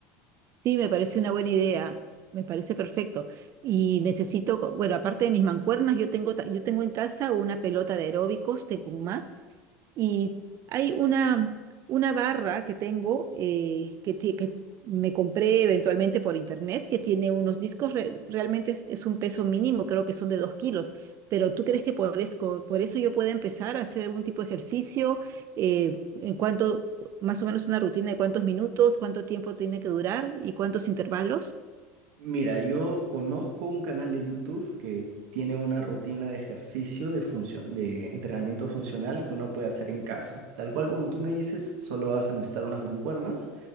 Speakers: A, on the right; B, on the right.
A: Sí, me parece una buena idea, me parece perfecto. Y necesito, co- bueno, aparte de mis mancuernas, yo tengo, ta- yo tengo en casa una pelota de aeróbicos de mat y hay una, una barra que tengo eh, que, ti- que me compré eventualmente por internet que tiene unos discos, re- realmente es, es un peso mínimo, creo que son de dos kilos, pero ¿tú crees que por eso, por eso yo pueda empezar a hacer algún tipo de ejercicio? eh, en cuánto, más o menos una rutina de cuántos minutos, cuánto tiempo tiene que durar y cuántos intervalos?
B: Mira, yo conozco un canal de YouTube que tiene una rutina de ejercicio de funcio- de entrenamiento funcional que uno puede hacer en casa. Tal cual como tú me dices, solo hacen estar unas mancuernas